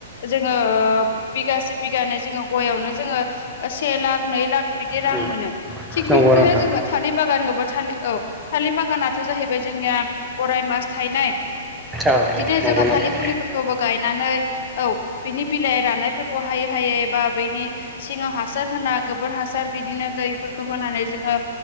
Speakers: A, on the left (about 50°); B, in the centre.
A: जोंङो बिगासे बिगानो जोंङो गयावनो जोंङो से लाख नै लाख बिदि रां
B: उम
A: मोनो। थिग
B: नंगौ
A: बिदुनो
B: नोंथां
A: जोंङो थालिर बागानखौा था औ थालिर बागानाथ' जाहैबाय जोंनिया अराय मास थायनाय।
B: औ
A: बिदिनो
B: नंगौ
A: जोंङो
B: नोंथां
A: थालि पुलि फोरबो गायनानै औ बिनि बिलाइ राननायफोरखौहायो थाय बा बैनि सिङाव हासार होना गोबोर हासार बिदिनो दैफोरखौ होनानै जोङो